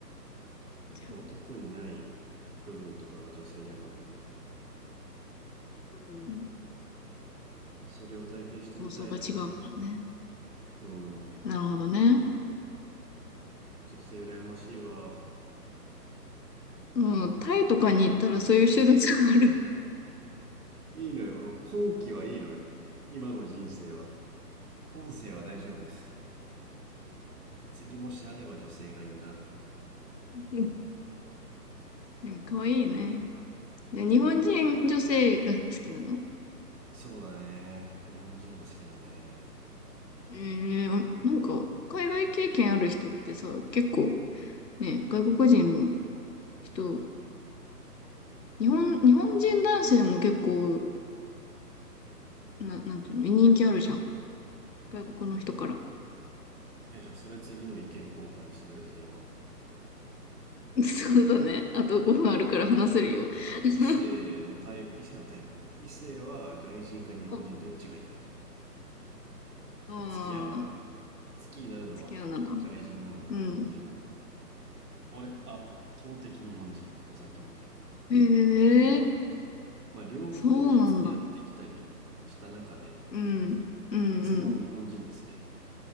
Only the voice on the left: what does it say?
じゃあ、
うん。
構造が違うからね。
なるほどね。
もう、タイとかに行ったらそういう手術がある。
うん。でも可愛いいよね。で、日本人女性が好きなの
ええあなんか、海外経験ある人ってさ、結構ね、外国人の人、日本、日本人男性も結構、な、なんていうの、人気あるじゃん。外国の人から。
<laughs> そうだね。あと5分あるから話せるよ。
<laughs>
ああ
ー、
付き合うなら。うん。
へえ、
そうなんだ。うん。うん、
うん。